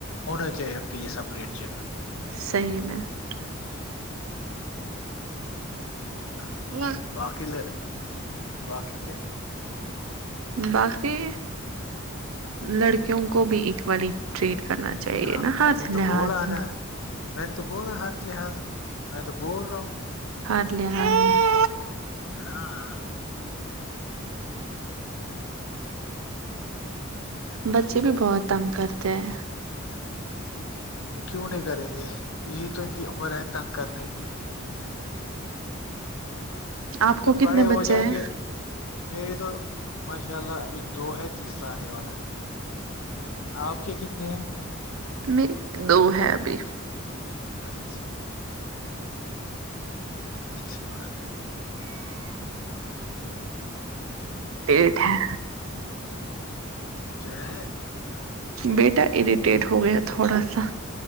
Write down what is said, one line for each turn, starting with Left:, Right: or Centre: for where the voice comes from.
Left: ہونا چاہیے ان کے لیے سپریٹ جم
Right: صحیح میں ہے
Left: ہاں
Right: نہ
Left: باقی ل باقی کیا
Right: باقی لڑکیوں کو بھی اک والی ٹریٹ کرنا چاہیے
Left: ہاں
Right: نا
Left: میں
Right: ہاتھ
Left: نے
Right: لحاظ
Left: تو بولا نا میں نے تو بولا ہر لحاظ میں میں تو بول رہا ہوں
Right: ہر لحاظ میں
Left: ہاں ہاں
Right: بچے بھی بہت تنگ کرتے ہیں
Left: کیوں نہیں کریں گے یہی تو ان کی عمر ہے تنگ کرنے کی
Right: آپ کو
Left: جب
Right: کتنے
Left: بڑے ہو
Right: بچے
Left: جائیں
Right: ہیں
Left: گے میری تو ماشاء اللہ ابھی دو ہے تیسرا آنے والا آپ کے کتنے ہیں
Right: میرے دو ہے ابھی
Left: اچھا اچھی بات ہیں
Right: ڈیٹ ہے
Left: <unintelligible>
Right: بیٹا اریٹیٹ ہو گیا تھوڑا سا